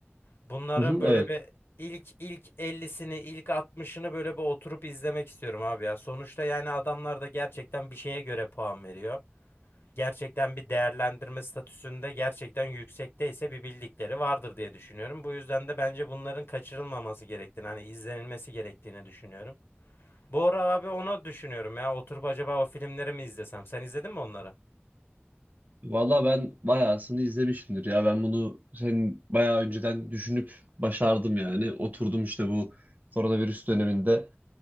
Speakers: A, on the left; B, on the right.
A: Bunların
B: Hı hı,
A: böyle
B: evet.
A: bir ilk ilk 50'sini, ilk altmışını böyle bir oturup izlemek istiyorum abi ya. Sonuçta yani adamlar da gerçekten bir şeye göre puan veriyor. Gerçekten bir değerlendirme statüsünde gerçekten yüksekteyse bir bildikleri vardır diye düşünüyorum. Bu yüzden de bence bunların kaçırılmaması gerektiğini, hani izlenilmesi gerektiğini düşünüyorum. Bu ara abi onu düşünüyorum ya. Oturup acaba o filmleri mi izlesem? Sen izledin mi onları?
B: Valla ben bayağısını izlemişimdir ya. Ben bunu senin bayağı önceden düşünüp başardım yani. Oturdum işte bu koronavirüs döneminde.